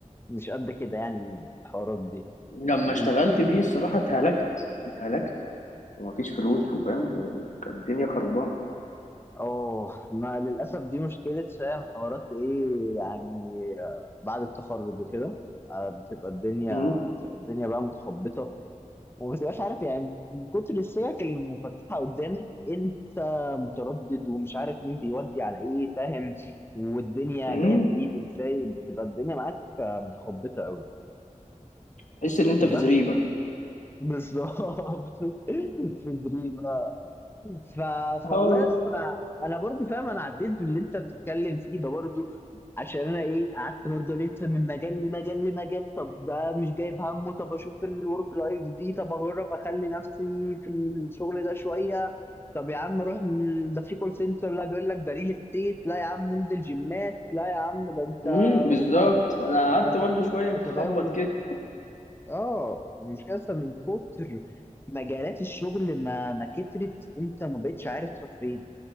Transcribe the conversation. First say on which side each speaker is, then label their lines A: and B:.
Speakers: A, on the left (about 15°); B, on the left (about 70°).
A: مش قد كده يعني الحوارات دي
B: لما اشتغلت
A: لكن
B: بيه الصراحة اتهلكت اتهلكت ومفيش فلوس وفاهم وكانت الدنيا خربانة
A: اه ما للاسف دي مشكله فاهم حوارات ايه يعني آه، بعد التخرج وكده آه، بتبقى الدنيا
B: امم
A: بتبقى الدنيا بقى متخبطه وما بتبقاش عارف يعني من كتر السكك اللي مفتحه قدامك انت متردد ومش عارف مين بيودي على ايه فاهم والدنيا
B: امم
A: جايه في ايه وازاي بتبقى الدنيا معاك آه، متخبطه قوي
B: تحس ان انت
A: بس
B: في زريبة
A: بالظبط <laughs> في دريم ف...
B: اه
A: فوالله
B: والله
A: لسه انا انا برضو فاهم انا عديت باللي انت بتتكلم فيه ده برضو عشان انا ايه قعدت برضو الف من مجال لمجال لمجال طب ده مش جايب همه طب اشوف الورك لايف دي طب اجرب اخلي نفسي في الشغل ده شويه طب يا عم روح من- ده في كول سنتر لا بيقول لك ده ريل استيت لا يا عم انزل جيمات لا يا عم ده انت
B: امم بالظبط
A: روح
B: انا
A: آه،
B: قعدت
A: خليك
B: برضه شوية
A: تتداول
B: تخبط كده
A: اه مش كده من كتر مجالات الشغل ما ما كترت انت ما بقتش عارف تروح فين